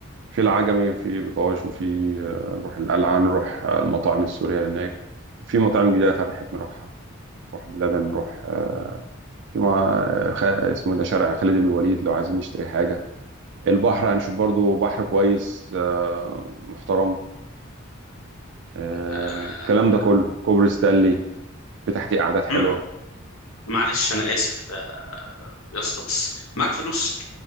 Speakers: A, on the right; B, on the left.
A: في العجمي في بطاش وفي آه، نروح القلعه نروح آه، المطاعم السوريه هناك في مطاعم جديده فتحت نروحها نروح بلبن نروح آه، في مع خ... اسمه ده شارع خالد بن الوليد لو عايزين نشتري حاجه البحر هنشوف برضو بحر كويس آه، محترم آه،
B: آه...
A: الكلام ده كله كوبري ستانلي في تحتيه قعدات حلوه
B: مع- معلش انا اسف آه، يا اسطى بس معاك فلوس